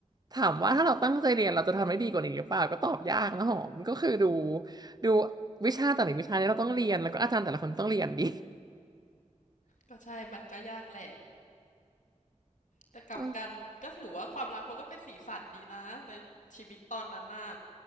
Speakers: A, on the right (about 30°); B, on the left (about 80°).
A: ถามว่าถ้าเราตั้งใจเรียนเราจะทำได้ดีกว่านี้หรือเปล่าก็ตอบยากนะหอมก็คือดูดูวิชาแต่ละวิชาเนี่ยเราต้องเรียนแล้วก็อาจารย์แต่ละคนต้องเรียนดี
B: ก็ใช่มันก็ยากแหละแต่กลับกันก็ถือว่าความรักมันก็เป็นสีสันดีนะในชีวิตตอนนั้นน่ะ
A: <laughs>